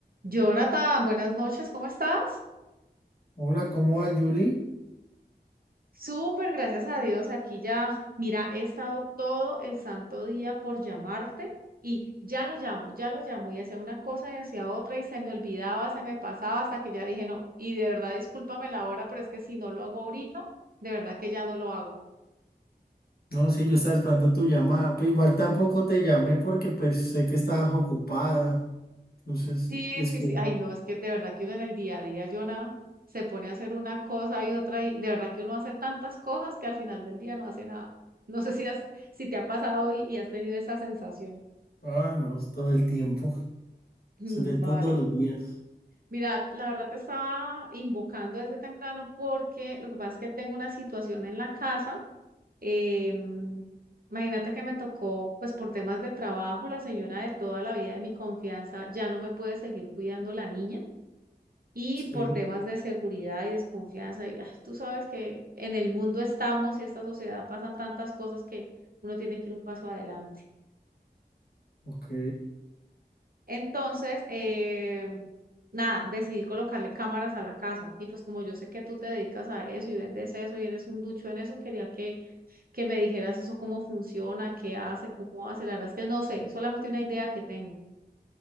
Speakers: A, on the right (about 60°); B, on the left (about 65°).
A: Jonathan, buenas noches, ¿cómo estás?
B: Hola, ¿cómo va, Julie?
A: Súper, gracias a Dios, aquí ya, mira, he estado todo el santo día por llamarte y ya lo llamo, ya lo llamo y hacía una cosa y hacía otra y se me olvidaba, se me pasaba hasta que ya dije no, y de verdad discúlpame la hora, pero es que si no lo hago ahorita, de verdad que ya no lo hago.
B: No, sí, yo estaba esperando tu llamada. Pues igual tampoco te llamé porque pues sé que estabas ocupada. Entonces,
A: Sí,
B: esperaba.
A: sí, sí. Ay, no, es que de verdad que uno en el día a día, Jonah, se pone a hacer una cosa y otra y de verdad que uno hace tantas cosas que al final del día no hace nada. No sé si has, si te ha pasado y, y has tenido esa sensación.
B: Ah, no, es todo el tiempo.
A: Mm,
B: Es de todos
A: Vale.
B: los días.
A: Mira, la verdad te estaba invocando desde temprano porque lo que pasa es que tengo una situación en la casa. em, imagínate que me tocó, pues por temas de trabajo, la señora de toda la vida de mi confianza ya no me puede seguir cuidando la niña. y
B: Sí,
A: por temas de seguridad y desconfianza. Y, ay, tú sabes que en el mundo estamos y esta sociedad pasan tantas cosas que uno tiene que ir un paso adelante.
B: ok,
A: Entonces, eh, nada, decidí colocarle cámaras a la casa y pues como yo sé que tú te dedicas a eso y vendes eso y eres un ducho en eso, quería que, que me dijeras eso, cómo funciona, qué hace, cómo hace. La verdad es que no sé, solamente una idea que tengo.